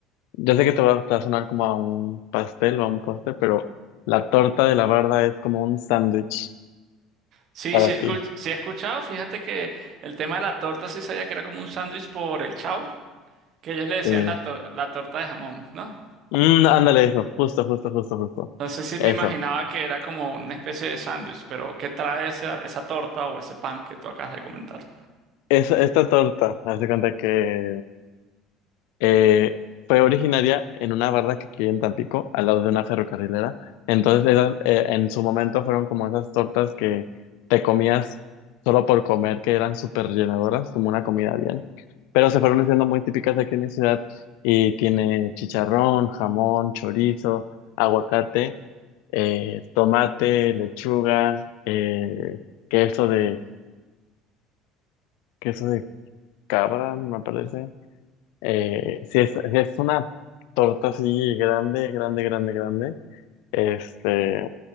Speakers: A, on the left; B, on the right.
A: Yo sé que te va te va a sonar como a un pastel o a un postre, pero la torta de la barda es como un sándwich
B: Sí,
A: para
B: sí, he escuch-
A: ti.
B: sí he escuchado. Fíjate que el tema de la torta sí sabía que era como un sándwich por el Chavo, que ellos le decían
A: Sí.
B: la, tor- la torta de jamón, ¿no?
A: Mm, ándale, eso, justo, justo, justo, justo.
B: Entonces sí
A: Eso.
B: me imaginaba que era como una especie de sándwich, pero ¿qué trae esa, esa torta o ese pan que tú acabas de comentar?
A: Es, esta torta, hace cuenta que eh, fue originaria en una barra que aquí en Tampico, al lado de una ferrocarrilera. Entonces, esas, eh, en su momento fueron como esas tortas que te comías solo por comer, que eran súper llenadoras, como una comida bien. Pero se fueron haciendo muy típicas aquí en mi ciudad y tiene chicharrón, jamón, chorizo, aguacate, eh, tomate, lechuga, eh, queso de, queso de cabra, me parece. Eh, si es, si es una torta así grande, grande, grande, grande. Este,